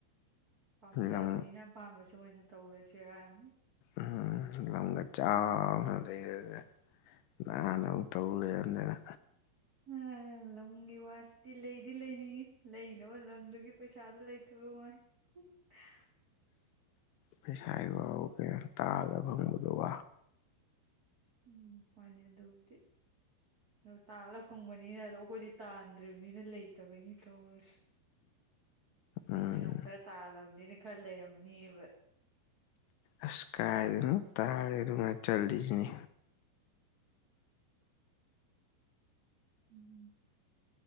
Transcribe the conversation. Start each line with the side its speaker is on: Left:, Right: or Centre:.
Right: ꯄꯥꯝꯖꯕꯅꯤꯅ
Left: ꯂꯝ
Right: ꯑꯄꯥꯝꯕꯁꯦ ꯑꯣꯏꯅ ꯇꯧꯔꯁꯤꯔꯅ
Left: ꯎꯝ ꯂꯝꯒ ꯆꯥꯎꯅ ꯂꯩꯔꯒ ꯅꯍꯥꯟ ꯑꯃꯨꯛ ꯇꯧꯔꯂꯩꯔꯝꯗꯅ
Right: ꯎꯝ ꯂꯝꯒꯤ ꯋꯥꯁꯤꯗꯤ ꯂꯩꯗꯤ ꯂꯩꯅꯤꯡꯉꯤ ꯂꯩꯅꯕ ꯂꯝꯗꯨꯒꯤ ꯄꯩꯁꯥꯗꯣ ꯂꯩꯇꯕ ꯋꯥꯅꯤ ꯎ <unintelligible>
Left: ꯄꯩꯁꯥꯒꯤ ꯋꯥꯕꯨ ꯀꯩꯅꫭ ꯇꯥꯜꯂ ꯐꯪꯕꯗꯨꯕꯨ
Right: ꯎꯝ ꯍꯣꯏꯅꯦ ꯑꯗꯨꯕꯨꯗꯤ ꯑ ꯇꯥꯜꯂ ꯐꯪꯕꯅꯤꯅ ꯑꯗꯣ ꯑꯩꯈꯣꯏꯗꯤ ꯇꯥꯟꯗ꯭ꯔꯤꯝꯅꯤꯅ ꯂꯩ ꯇꯕꯩꯅꯤ ꯇꯧꯔꯤꯁꯤ
Left: ꯎꯝ
Right: ꯅꫭꯏꯅ ꯈꯔ ꯇꯥꯜꯂꯕꯅꯤ ꯈꯔꯥ ꯂꯩꯔꯝꯃꯅꯦꯕ
Left: ꯑꯁ ꯀꯥꯥꯏꯗꯩꯅꫭ ꯇꯥꯜꯂꯦꯗꯨꯉꯥꯏ ꯆꯠꯂꯤꯖꯤꯅꯤ
Right: ꯎꯝ